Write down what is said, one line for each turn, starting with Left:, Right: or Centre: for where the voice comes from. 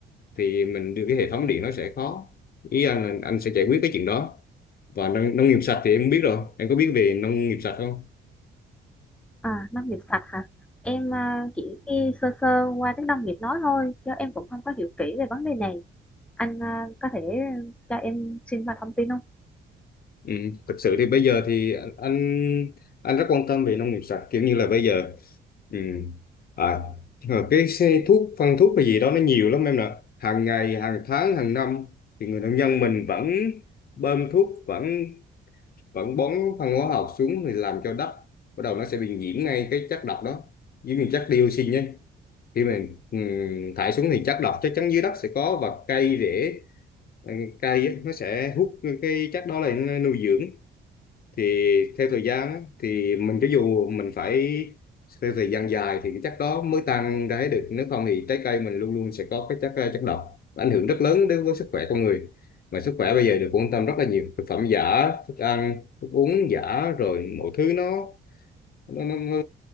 Left: thì mình đưa cái hệ thống điện nó sẽ khó ý anh là anh sẽ giải quyết cái chuyện đó và nông, nông nghiệp sạch thì em biết rồi em có biết về nông nghiệp sạch không
Centre: À, nông nghiệp sạch hả? Em ờ, chỉ nghe sơ sơ qua tiếng nông nghiệp nói thôi, chứ em cũng không có hiểu kỹ về vấn đề này. Anh ờ, có thể cho em xin vào thông tin không?
Left: Ừ, thực sự thì bây giờ thì anh anh anh rất quan tâm về nông nghiệp sạch kiểu như là bây giờ ừ. à, nhưng mà cái xe thuốc phân thuốc hay gì đó nó nhiều lắm em nè hàng ngày hàng tháng hàng năm thì người nông dân mình vẫn bơm thuốc vẫn vẫn bón phân hóa học xuống thì làm cho đất bắt đầu nó sẽ bị nhiễm ngay cái chất độc đó giống như chất dioxin nhé khi mình ừ, thải xuống thì chất độc chắc chắn dưới đất sẽ có và cây rễ ừ, cây á, nó sẽ hút cái chất đó lại nó nuôi dưỡng thì theo thời gian á, thì mình cho dù mình phải theo thời gian dài thì cái chất đó mới tan ra hết được nếu không thì trái cây mình luôn luôn sẽ có cái chất ờ, chất độc ảnh hưởng rất lớn đến với sức khỏe con người mà sức khỏe bây giờ được quan tâm rất là nhiều thực phẩm giả thức ăn thức uống giả rồi mọi thứ nó nó, nó, nó